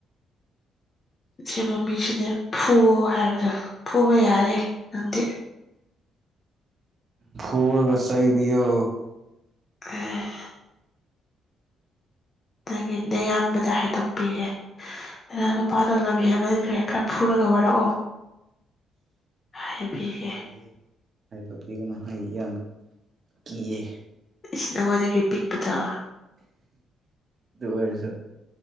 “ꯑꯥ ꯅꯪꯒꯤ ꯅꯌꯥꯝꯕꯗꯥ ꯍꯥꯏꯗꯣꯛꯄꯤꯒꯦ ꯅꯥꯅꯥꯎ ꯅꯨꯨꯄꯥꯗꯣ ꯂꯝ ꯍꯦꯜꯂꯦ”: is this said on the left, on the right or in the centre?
Left